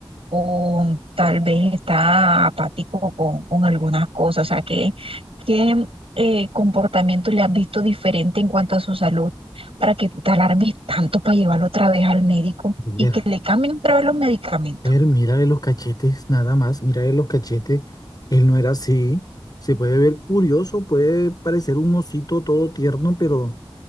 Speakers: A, on the right; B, on the left.
A: o tal vez está apático con, con algunas cosas. O sea, ¿qué, qué eh, comportamiento le has visto diferente en cuanto a su salud para que tú te alarmes tanto para llevarlo otra vez al médico?
B: Ver,
A: y que le cambien otra vez los medicamentos.
B: ver, mírale los cachetes, nada más, mírale los cachetes. Él no era así. Se puede ver curioso, puede parecer un osito todo tierno, pero